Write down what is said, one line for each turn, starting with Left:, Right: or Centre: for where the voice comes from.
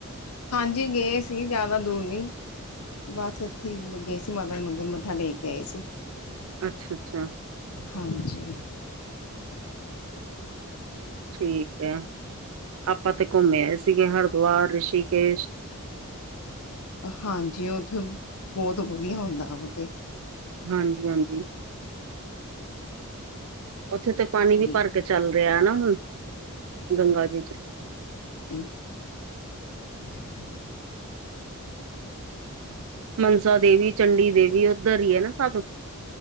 Left: ਹਾਂਜੀ ਗਏ ਸੀ ਜ਼ਿਆਦਾ ਦੂਰ ਨੀ। ਬਸ ਇੱਥੇ ਹੀ ਗਏ ਸੀ ਮਾਤਾ ਦੇ ਮੰਦਰ ਮੱਥਾ ਟੇਕ ਕੇ ਆਏ ਸੀ।
Right: ਅੱਛਾ, ਅੱਛਾ
Left: ਹਾਂਜੀ।
Right: ਠੀਕ ਹੈ, ਆਪਾਂ ਤੇ ਘੁੰਮੇ ਆਏ ਸੀਗੇ ਹਰਿਦੁਆਰ, ਰਿਸ਼ੀਕੇਸ਼
Left: ਹਾਂਜੀ, ਉੱਥੇ ਬਹੁਤ ਵਧੀਆ ਹੁੰਦਾ ਵਾ ਔਥੇ
Right: ਹਾਂਜੀ, ਹਾਂਜੀ ਉੱਥੇ ਤੇ ਪਾਣੀ
Left: ਠੀਕ।
Right: ਵੀ ਭਰ ਕੇ ਚੱਲ ਰਿਹਾ ਨਾ ਹੁਣ, ਗੰਗਾ ਜੀ ਚ।
Left: <inaudible>
Right: ਮਨਸਾ ਦੇਵੀ, ਚੰਡੀ ਦੇਵੀ ਏਧਰ ਹੀ ਏ ਨਾ ਸਭ।